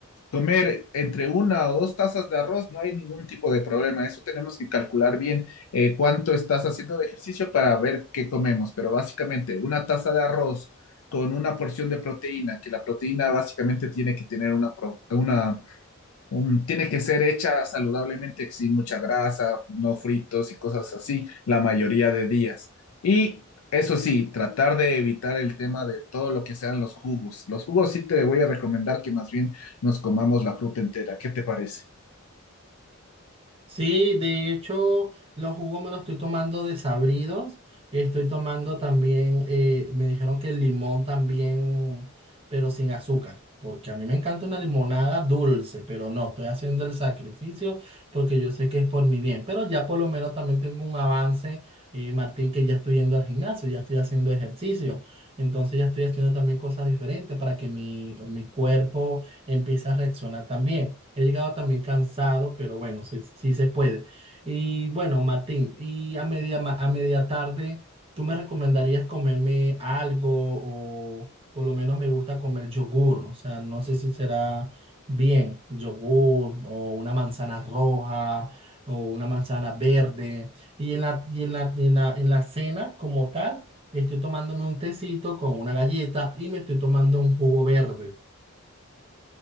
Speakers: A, on the left (about 80°); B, on the right (about 25°).
A: Comer entre una o dos tazas de arroz no hay ningún tipo de problema. Eso tenemos que calcular bien eh, cuánto estás haciendo de ejercicio para ver qué comemos. Pero básicamente una taza de arroz con una porción de proteína, que la proteína básicamente tiene que tener una, pro- una Um, tiene que ser hecha saludablemente, sin mucha grasa, no fritos y cosas así, la mayoría de días. Y eso sí, tratar de evitar el tema de todo lo que sean los jugos. Los jugos sí te voy a recomendar que más bien nos comamos la fruta entera. ¿Qué te parece?
B: Sí, de hecho, los jugos me los estoy tomando desabridos. Estoy tomando también, eh, me dijeron que el limón también, pero sin azúcar, porque a mí me encanta una limonada dulce, pero no, estoy haciendo el sacrificio porque yo sé que es por mi bien. Pero ya por lo menos también tengo un avance, eh, Martín, que ya estoy yendo al gimnasio, ya estoy haciendo ejercicio. Entonces ya estoy haciendo también cosas diferentes para que mi, mi cuerpo empieza a reaccionar también. He llegado también cansado, pero bueno, sí, sí se puede. Y bueno, Martín, y a media, ma- a media tarde, ¿tú me recomendarías comerme algo o por lo menos me gusta comer yogur? O sea, no sé si será bien, yogur o una manzana roja o una manzana verde. Y en la, y en la, en la, en la cena como tal, estoy tomándome un tecito con una galleta y me estoy tomando un jugo verde.